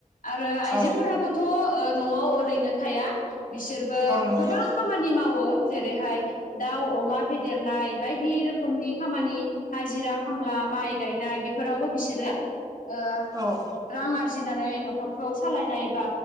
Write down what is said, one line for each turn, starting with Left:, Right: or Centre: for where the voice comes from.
Left: आरो आइजोफोराबोथ
Right: औ
Left: ओ नआव ओरैनो थाया बिसोरबो
Right: औ नोंथां
Left: गोबां खामानि मावो जेरैहाय दाउ अमा फेदेरनाय बायदि रोखोमनि खामानि हाजिरा खामला माइ गायनाय बेफोरावबो बिसोरो ओ
Right: औ
Left: रां आरजिनानै नखरखौ सालायनाय बा